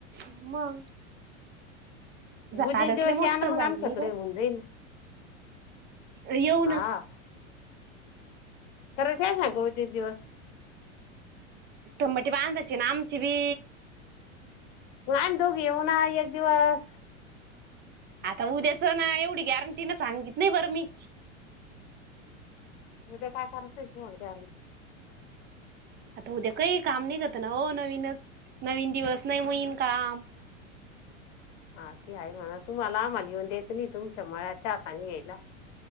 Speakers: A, on the right; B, on the left.
A: मगं. झाडसले
B: उद्या दिवस
A: मोटर
B: या ना मग
A: झाले
B: आमच्याकडे
A: नाही ग.
B: होऊन जाईल
A: येऊ
B: हा
A: ना.
B: <inaudible>
A: तंबटी बांधायची ना आमची बी
B: मगं आणि दोघी येऊ ना एक दिवस.
A: आता उद्याच ना एवढी गॅरंटी ना सांगित नाही बर मी.
B: उद्या काय करायचय उद्या?
A: आता उद्या काही काम नाही करत ना हो नवीनच नवीन दिवस नाही मोईन काम.
B: हा ती आहे म्हणा तुम्हाला आम्हाला लिहन द्यायचं नाही तुमच्या मळ्या चाकानी यायला.